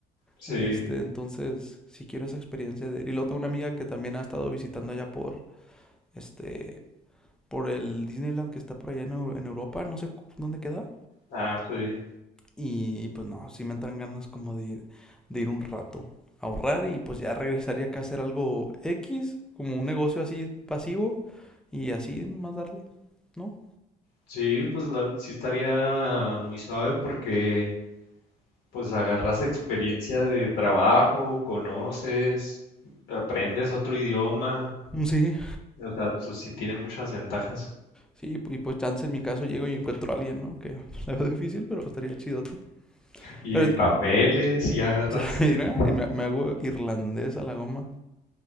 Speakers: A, on the left; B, in the centre.
A: sí.
B: Este, entonces, sí quiero esa experiencia de... Y luego tengo una amiga que también ha estado visitando allá por, este, por el Disneyland que está por allá en, en Europa, no sé dónde queda.
A: Ah, sí.
B: Y, y, pues no, sí me entran ganas como de ir, de ir un rato a ahorrar y pues ya regresaría acá a hacer algo X, como un negocio así pasivo y así nomás darle, ¿no?
A: Sí, pues la- sí estaría muy suave porque pues agarras experiencia de trabajo, conoces, aprendes otro idioma.
B: Sí,
A: O sea, pues sí tiene muchas ventajas.
B: sí, y pues chance en mi caso llego y encuentro a alguien, ¿no? Que <laughs> la veo difícil, pero estaría chidote.
A: Y
B: Pero
A: papeles, y agarraste.
B: <laughs> mira, y me, me hago irlandés a la goma.